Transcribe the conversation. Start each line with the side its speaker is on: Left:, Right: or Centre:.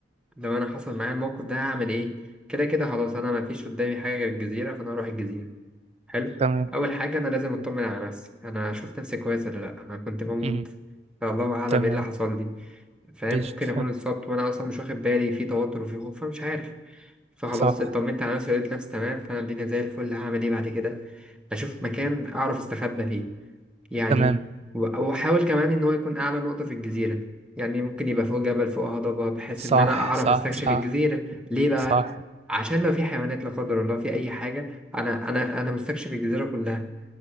Centre: لو انا حصل معايا الموقف ده هعمل ايه كده كده خلاص انا ما فيش قدامي حاجه غير الجزيره فانا هروح الجزيره حلو
Right: تمام
Centre: اول حاجه انا لازم اطمن على نفسي انا اشوف نفسي كويس ولا لا انا كنت بموت
Right: مم.
Centre: فالله اعلم
Right: تمام
Centre: ايه اللي حصل لي فاهم
Right: قشطة
Centre: ممكن
Right: فهم
Centre: اكون اتصبت وانا اصلا مش واخد بالي في توتر وفي خوف فمش عارف فخلاص
Right: صح
Centre: اطمنت على نفسي لقيت نفسي تمام فانا الدنيا زي الفل هعمل ايه بعد كده بشوف مكان اعرف استخبى فيه يعني
Right: تمام
Centre: و- واحاول كمان ان هو يكون اعلى نقطة في الجزيرة يعني ممكن يبقى فوق جبل فوق هضبة بحيث
Right: صح
Centre: ان انا اعرف
Right: صح
Centre: استكشف
Right: صح
Centre: الجزيرة ليه بقى
Right: صح
Centre: عشان لو في حيوانات لا قدر الله في اي حاجة انا انا انا مستكشف الجزيرة كلها